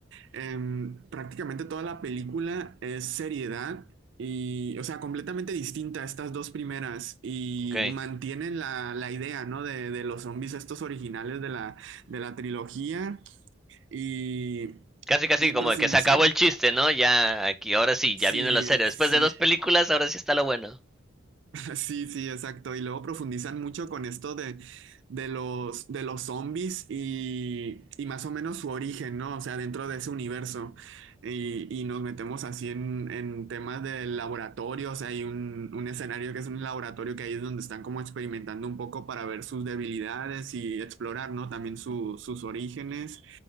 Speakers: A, on the right; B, in the centre.
A: Em, prácticamente toda la película es seriedad y, o sea, completamente distinta a estas dos primeras y
B: ok.
A: mantienen la, la idea, ¿no? De, de los zombies estos originales de la, de la trilogía y,
B: Casi, casi
A: y
B: como
A: profundizan.
B: de que se acabó el chiste, ¿no? Ya aquí, ahora sí,
A: Sí,
B: ya viene lo serio.
A: sí.
B: Después de dos películas, ahora sí está lo bueno.
A: <laughs> Sí, sí, exacto. Y luego profundizan mucho con esto de, de los, de los zombies y, y más o menos su origen, ¿no? O sea, dentro de ese universo. Y, y nos metemos así en, en temas de laboratorio. O sea, hay un, un escenario que es un laboratorio que ahí es donde están como experimentando un poco para ver sus debilidades y explorar, ¿no? También su- sus orígenes.